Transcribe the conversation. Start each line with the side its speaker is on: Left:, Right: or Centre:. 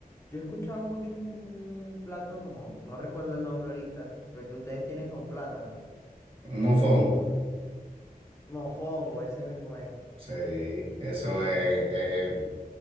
Left: Yo he escuchado mucho un, un plato como, no recuerdo el nombre ahorita, pero que ustedes tienen con plátano.
Right: un mofongo.
Left: Mofongo, ese mismo es.
Right: Sí, eso es, eh,